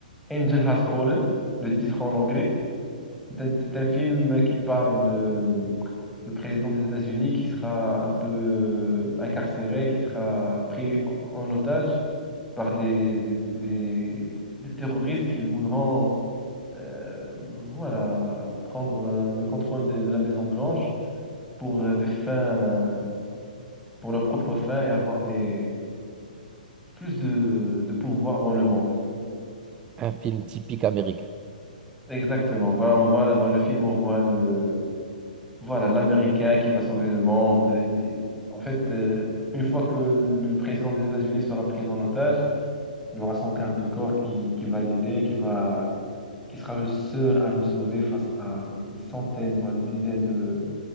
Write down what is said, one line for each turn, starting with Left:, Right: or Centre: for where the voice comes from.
Centre: Angel Has Fallen, le titre en anglais. C'est un, c'est un film qui parle de le président des États-Unis qui sera un peu euh, incarcéré, qui sera pris en, en otage par des, des, des, des terroristes qui voudront euh, voilà, prendre euh, le contrôle des- de, la Maison Blanche pour euh, des fins, euh, pour leurs propres fins et avoir des plus de, de pouvoir dans le monde.
Right: Un film typique américain.
Centre: Exactement. Ben, on voit dans le film, on voit le voilà l'Américain qui va sauver le monde. Il- en fait, euh, une fois que le président des États-Unis sera pris en otage, il aura son quart de corps qui, qui va l'aider, qui va qui sera le seul à le sauver face à des centaines, voire des dizaines de,